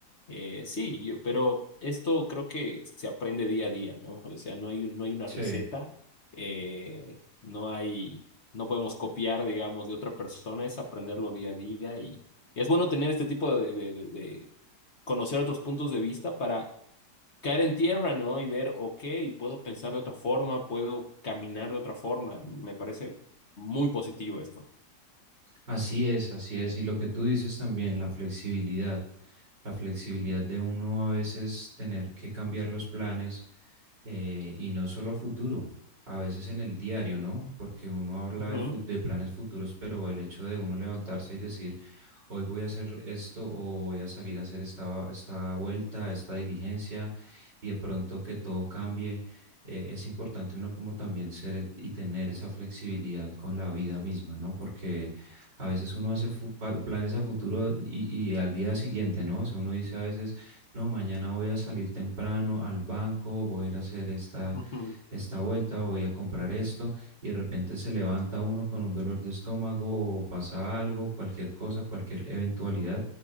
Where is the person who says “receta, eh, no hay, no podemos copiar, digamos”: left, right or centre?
Left